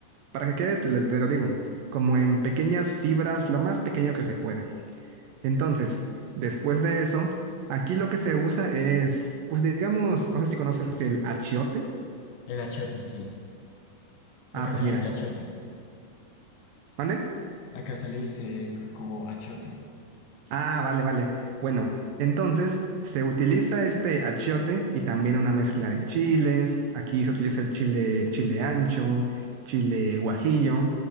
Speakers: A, on the right; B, on the left.
A: Para que quede, te lo, te lo digo, como en pequeñas fibras, lo más pequeño que se pueda. Entonces, después de eso, aquí lo que se usa es, pues digamos, no sé si conoces el achiote.
B: El achiote, sí.
A: Ah,
B: Acá
A: pues
B: se le
A: mira,
B: dice achote.
A: ¿mande?
B: Acá se le dice c- como achote.
A: Ah, vale, vale. Bueno, entonces se utiliza este achiote y también una mezcla de chiles. Aquí se utiliza el chile, chile ancho, chile guajillo.